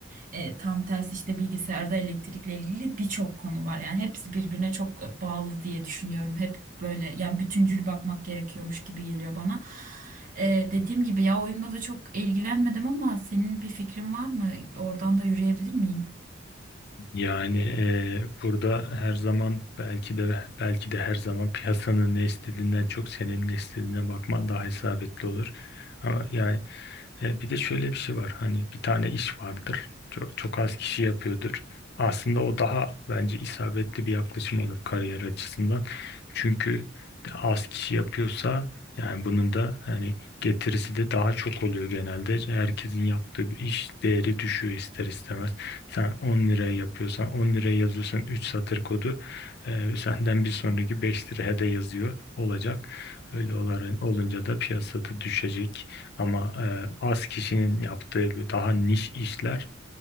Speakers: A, on the right; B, on the left.
A: e, tam tersi işte bilgisayarda elektrikle ilgili birçok konu var. Yani hepsi birbirine çok bağlı diye düşünüyorum. Hep böyle yani bütüncül bakmak gerekiyormuş gibi geliyor bana. E, dediğim gibi ya oyunla da çok ilgilenmedim ama senin bir fikrin var mı? Oradan da yürüyebilir miyim?
B: Yani e, burada her zaman belki de belki de her zaman piyasanın ne istediğinden çok senin ne istediğine bakman daha isabetli olur. Ama yani E, bir de şöyle bir şey var. Hani bir tane iş vardır. Çok, çok az kişi yapıyordur. Aslında o daha bence isabetli bir yaklaşım olur kariyer açısından. Çünkü az kişi yapıyorsa yani bunun da hani getirisi de daha çok oluyor genelde. Herkesin yaptığı bir iş değeri düşüyor ister istemez. Sen 10 liraya yapıyorsan 10 liraya yazıyorsan 3 satır kodu e, senden bir sonraki 5 liraya da yazıyor olacak. Öyle olarak, olunca da piyasada düşecek. Ama e, az kişinin yaptığı daha niş işler